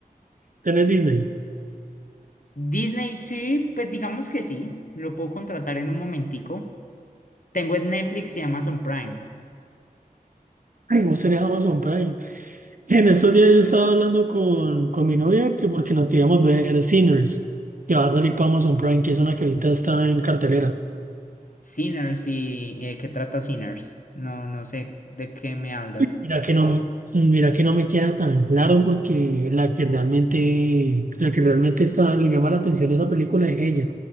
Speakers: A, on the right; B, on the left.
A: tenés Disney.
B: Disney sí, pues digamos que sí, lo puedo contratar en un momentico. Tengo es Netflix y Amazon Prime.
A: Ay, vos tenés Amazon Prime. En estos días yo estaba hablando con, con mi novia que porque nos queríamos ver Sinners, que va a salir para Amazon Prime, que es una que ahorita está en cartelera.
B: Sinners y, y ¿de qué trata Sinners? No, no sé de qué me hablas.
A: Mira que no, mira que no me queda tan claro porque la que realmente, la que realmente está, le llama la atención a esa película es ella.